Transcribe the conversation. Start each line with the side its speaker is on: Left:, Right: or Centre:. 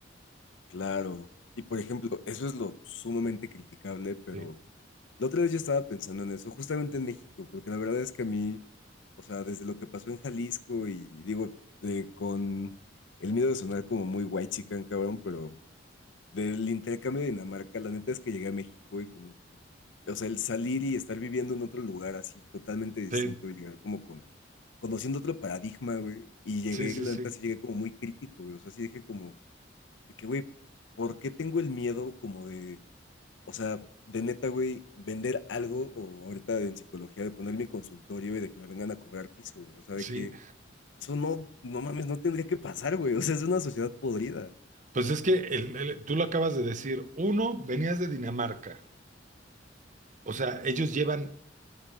Left: claro. Y por ejemplo, eso es lo sumamente criticable, pero
Right: Sí,
Left: la otra vez yo estaba pensando en eso, justamente en México, porque la verdad es que a mí, o sea, desde lo que pasó en Jalisco y digo, eh, con el miedo de sonar como muy white chican, cabrón, pero Del intercambio de Dinamarca, la neta es que llegué a México y como que, o sea, el salir y estar viviendo en otro lugar así totalmente distinto
Right: sí,
Left: y llegar como con, conociendo otro paradigma, güey. Y llegué,
Right: sí, sí.
Left: la
Right: sí.
Left: neta sí llegué como muy crítico, güey. O sea, sí dije como, de que, güey, ¿por qué tengo el miedo como de, o sea, de neta, güey, vender algo o ahorita en psicología de poner mi consultorio y de que me vengan a cobrar piso, güey? O sea, de
Right: Sí,
Left: que eso no, no mames, no tendría que pasar, güey. O sea, es una sociedad podrida.
Right: pues es que el- el- tú lo acabas de decir, uno, venías de Dinamarca, O sea, ellos llevan